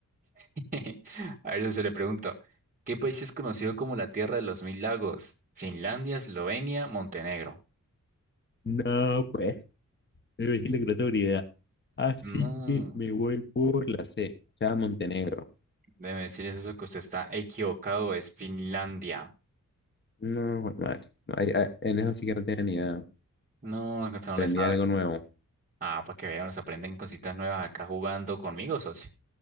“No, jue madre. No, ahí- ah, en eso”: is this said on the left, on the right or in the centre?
Left